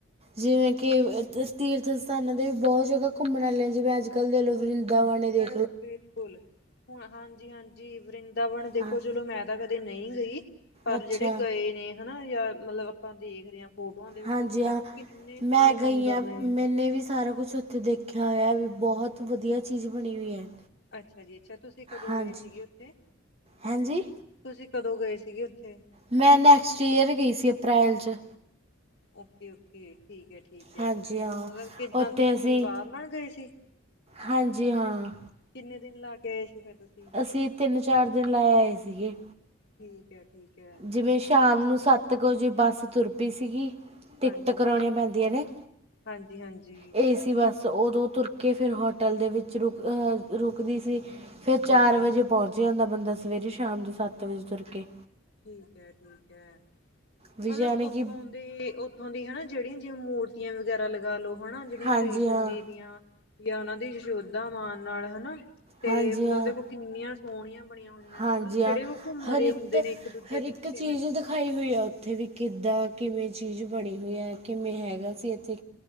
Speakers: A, on the right; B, on the left.
A: ਜਿਵੇਂ ਕਿ ਤੁ ਤੀਰਥ ਸਥਾਨਾਂ ਦੇ ਵੀ ਬਹੋਤ ਜਗ੍ਹਾ ਘੁੰਮਣ ਆਲੀਆਂ, ਜਿਵੇਂ ਅੱਜ ਕੱਲ੍ਹ ਦੇ <unintelligible> ਵਰਿੰਦਾਵਣੇ ਦੇ
B: ਬਿਲਕੁਲ, ਹੁਣ ਹਾਂਜੀ-ਹਾਂਜੀ, ਵਰਿੰਦਾਵਨ ਦੇਖੋ,
A: ਹਾਂ
B: ਚਲੋ ਮੈਂ ਤਾਂ ਕ ਤੇ ਨਈ ਗਈ, ਪਰ
A: ਅੱਛਾ
B: ਜੇਹੜੇ ਗਏ ਨੇ ਹਨਾ, ਯਾ ਮਤਲਬ ਅਪਾਂ ਦੇਖ ਰਹੇ ਹਾਂ ਫੋਟੋਆਂ ਦੇ ਵਿੱਚ
A: ਹਾਂਜੀ
B: ਉੱਥੇ
A: ਹਾਂ,
B: ਦੇਖੋ ਕਿੰਨੇ ਸਾਰੇ
A: ਮੈਂ
B: ਮੰਦਿਰ
A: ਗਈ ਹਾਂ,
B: ਨੇ
A: ਮੈਨੇ ਵੀ ਸਾਰਾ ਕੁਛ ਔਥੇ ਦੇਖਿਆ ਹੋਇਆ ਵੀ ਬਹੋਤ ਵਧੀਆ ਚੀਜ਼ ਬਣੀ ਹੋਈ ਹੈ।
B: ਅੱਛਾ ਜੀ ਅੱਛਾ, ਤੁਸੀਂ ਕਦੋਂ
A: ਹਾਂਜੀ
B: ਗਏ ਸੀਗੇ ਔਥੇ?
A: ਹਾਂਜੀ
B: ਤੁਸੀਂ ਕਦੋਂ ਗਏ ਸੀਗੇ ਔਥੇ?
A: ਮੈਂ ਨੈਕਸਟ ਈਅਰ ਗਈ ਸੀ ਅਪਰੈਲ ਚ।
B: ਓਕੇ-ਓਕੇ, ਠੀਕ ਏ ਠੀਕ ਏ,
A: ਹਾਂਜੀ ਹਾਂ
B: ਮਤਲਬ ਕਿਦਾਂ
A: ਉੱਥੇ
B: ਤੁਸੀਂ
A: ਅਸੀਂ
B: ਪਰਿਵਾਰ ਨਾਲ ਗਏ ਸੀ?
A: ਹਾਂਜੀ, ਹਾਂ।
B: ਕਿੰਨੇ ਦਿਨ ਲਾ ਕੇ ਆਏ ਸੀ ਫਿਰ ਤੁਸੀਂ
A: ਅਸੀਂ ਤਿੰਨ ਚਾਰ ਦਿਨ ਲਾ ਆਏ ਸੀਗੇ।
B: ਠੀਕ ਹੈ ਠੀਕ ਹੈ
A: ਜਿਵੇਂ ਸ਼ਾਮ ਨੂੰ ਸਤ ਕ ਵਜੇ, ਬੱਸ ਤੁਰ ਪਈ ਸੀਗੀ। ਟਿਕਟ
B: ਹਾਂਜੀ
A: ਕਰੋਣੀਆਂ
B: ਹਾਂਜੀ
A: ਪੈਂਦੀਆਂ ਨੇ,
B: ਹਾਂਜੀ ਹਾਂਜੀ
A: ਏ ਸੀ ਬਸ। ਤੇ ਉਦੋਂ ਤੁਰ ਕੇ ਫਿਰ ਹੋਟਲ ਦੇ ਵਿੱਚ ਰੁਕ, ਅਹ ਰੁਕਦੀ ਸੀ। ਫਿਰ ਚਾਰ
B: ਠੀਕ ਹੈ
A: ਵਜੇ ਪਹੁੰਚ ਜਾਂਦਾ ਬੰਦਾ ਸਵੇਰੇ, ਸ਼ਾਮ ਦੇ ਸਤ ਵਜੇ ਤੁਰ ਕੇ।
B: ਠੀਕ ਏ ਠੀਕ ਏ,
A: ਵੀ
B: ਮਤਲਬ
A: ਯਾਨੀ
B: ਔਥੋਂ
A: ਕਿ
B: ਦੀ, ਉਥੋਂ ਦੀ ਹਨਾ ਜੇਹੜੀਆਂ ਜਿਵੇੰ ਮੂਰਤੀਆਂ ਵਗੈਰਾ ਲਗਾ ਲੋ, ਹਨਾ, ਜੇਹੜੀਆਂ
A: ਹਾਂਜੀ
B: ਕ੍ਰਿਸ਼ਨ
A: ਹਾਂ
B: ਜੀ ਦੀਆਂ ਯਾ ਉਹਨਾਂ ਦੀ ਯਸ਼ੋਧਾ ਮਾਨ ਨਾਲ ਹਨਾ, ਤੇ
A: ਹਾਂਜੀ
B: ਮਤਲਬ
A: ਹਾਂ
B: ਦੇਖੋ ਕਿੰਨੀਆਂ ਸੋਹਣੀਆਂ ਬਣੀਆਂ ਹੋਈਆਂ
A: ਹਾਂਜੀ
B: ਨੇ, ਮਤਲਬ
A: ਹਾਂ
B: ਜੇਹੜੇ ਉਹ ਘੁੰਮ
A: ਹਰ
B: ਰਏ
A: ਇੱਕ
B: ਹੁੰਦੇ ਨੇ ਦੂਜੇ
A: ਹਰ
B: ਪਿੱਛੇ
A: ਇੱਕ ਚੀਜ਼
B: ਮੈਂ
A: ਦਿਖਾਈ ਹੋਈ ਆ ਔਥੇ ਵੀ ਕਿੱਦਾਂ ਕਿਵੇਂ ਚੀਜ਼ ਬਣੀ ਹੋਈ ਆ? ਕਿਵੇਂ ਹੈਗਾ ਸੀ ਇਥੇ?